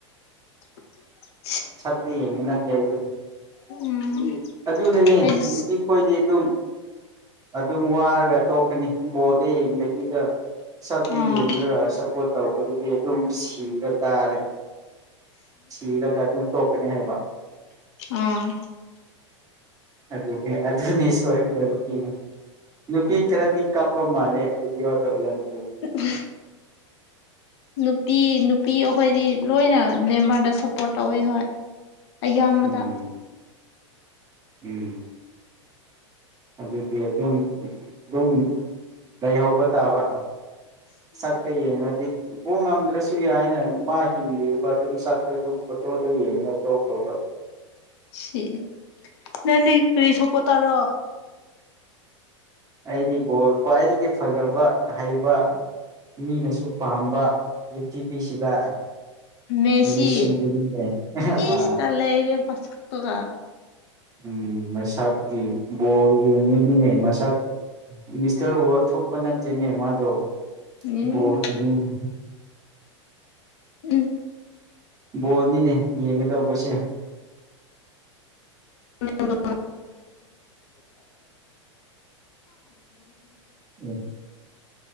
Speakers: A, on the left; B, on the right.
A: <unintelligible>
B: ꯁꯗꯦ ꯃꯅ ꯀ ꯍꯥꯏꯗꯤ
A: ꯎꯝ
B: ꯑꯗꯨꯅꯅꯦ
A: ꯑꯩꯗꯤ
B: ꯅꯨꯄꯤ ꯈꯣꯏꯗꯤ ꯑꯗꯨꯝ ꯑꯗꯨꯝ ꯋꯥꯔꯒ ꯇꯣꯛꯀꯅꯤ ꯕꯣꯔꯗ ꯌꯦꯡꯕꯤꯗ ꯁꯛꯇ
A: ꯑꯥ
B: ꯌꯦꯡꯉꯒ
A: ꯑꯥ
B: ꯁꯛ ꯄꯣꯠ ꯇꯧꯕꯗꯨꯗꯤ ꯑꯗꯨꯝ ꯁꯤꯕ ꯇꯥꯔꯦ ꯁꯤꯔꯒ ꯑꯗꯨꯝ ꯇꯣꯛꯀꯅꯤ ꯍꯥꯏꯕ
A: ꯑꯥ
B: ꯑꯗꯨꯗꯤ ꯑꯗꯨꯅꯤ ꯁꯣꯏꯗꯅꯀꯤꯅꯦ ꯅꯨꯄꯤ ꯈꯔꯗꯤ ꯀꯥꯞꯄ ꯃꯥꯜꯂꯦ ꯌꯗ ꯌꯥꯅꯤ
A: ꯎꯝ ꯅꯨꯄꯤ ꯅꯨꯄꯤ ꯑꯩꯈꯣꯏꯗꯤ ꯂꯣꯏꯅ ꯅꯦꯝꯃꯔꯗ ꯁꯞꯄꯣꯔꯠ ꯇꯧꯋꯤ ꯍꯣꯏ ꯑꯌꯥꯝꯕꯗ
B: ꯎꯝ ꯎꯝ ꯑꯗꯨꯗꯤ ꯑꯗꯨꯝ ꯑꯗꯨꯝ ꯂꯩꯍꯧꯕ ꯇꯥꯕ ꯁꯛꯇ ꯌꯦꯡꯉꯒꯗꯤ ꯎ ꯉꯝꯗ꯭ꯔꯁꯨ ꯌꯥꯏꯅ ꯃꯥꯏ ꯍꯤꯡꯕꯤꯕ ꯑꯗꯨꯝ ꯁꯛꯄ ꯑꯗꯨꯝ ꯐꯣꯇꯣꯗꯣ ꯌꯦꯡꯉ ꯇꯣ ꯇꯒ
A: ꯁꯤ ꯅꯅꯤ ꯇꯏ ꯁꯣꯄꯇꯔ
B: ꯑꯩꯗꯤ ꯕꯣꯜ ꯈ꯭ꯋꯥꯏꯗꯒꯤ ꯐꯖꯕ ꯍꯩꯕ ꯃꯤꯅꯁꯨ ꯄꯥꯝꯕ ꯄ꯭ꯔꯤꯊꯤꯕꯤꯁꯤꯗ
A: ꯃꯦꯁꯤ
B: ꯃꯁꯤꯗꯨꯅꯤꯦ
A: ꯏꯁ
B: ꯑ
A: ꯇꯜꯂꯦ ꯃꯁꯛꯇꯨꯒ
B: ꯎꯝ ꯃꯁꯥꯛꯀꯤ ꯕꯣꯔꯒꯤꯅꯦ ꯃꯁꯛ ꯃꯤꯁꯇꯔ
A: ꯎꯝ
B: ꯋꯥꯜ ꯊꯣꯛꯄ ꯅꯠꯇꯦꯅꯦ ꯃꯥꯗꯣ
A: ꯎꯝ
B: ꯕꯣꯒꯤ ꯃꯤꯅꯤ
A: ꯎꯝ
B: ꯕꯣꯜꯅꯤꯅꯦ ꯌꯦꯡꯒ ꯇꯧꯕꯁꯦ
A: ꯔ ꯑꯂ
B: ꯑꯦ